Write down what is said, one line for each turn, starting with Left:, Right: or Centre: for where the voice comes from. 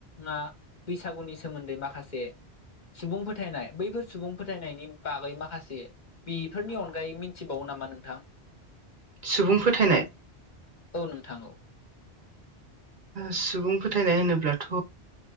Left: आ बैसागुनि सोमोन्दै माखासे सुबुं फोथायनाय बैफोर सुबुं फोथायनायनि बागै माखासे बेफोरनि अनगायै मिन्थिबावो नामा नोंथां
Right: सुबुं फोथायनाय
Left: औ नोंथां औ
Right: सुबुं फोथायनाय होनोब्लाथ'